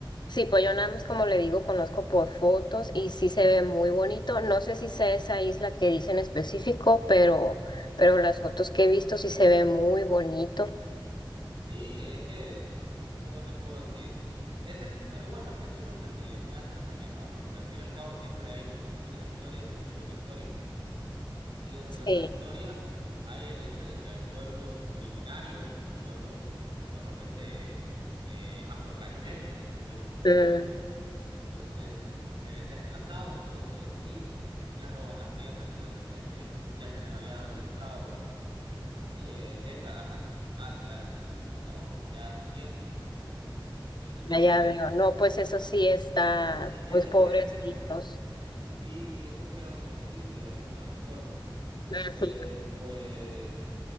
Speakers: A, on the left; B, on the right.
A: sí, pues yo nada más como le digo, conozco por fotos y sí se ve muy bonito, no sé si sea esa isla que dice en específico, pero, pero las fotos que he visto sí se ve muy bonito,
B: Sí, es que, ¿cómo te puedo decir? Ese es, pero bueno, es que eso es lo que se muestra también, va, porque al fin y al cabo siempre hay como muchas historias dentro de una historia. Y dentro de
A: sí.
B: esas historias hay el hecho de que hay pueblos originarios, que son pueblos normalmente eh, afrocaribeños, entonces son pueblos
A: mm,
B: negros, entonces se ven desplazados por esto del turismo, ¿no? Les roban las tierras que de repente ya se les había dado el Estado sí, eh, décadas hace, ah, ¿no? Ya hace tiempo. Entonces,
A: Ah, ya veo. No, pues eso sí está,
B: y y
A: pues
B: eso
A: pobrecitos.
B: crea ese con... sí, que eso crea un conflicto de alguna forma,
A: Ujú.
B: pero pues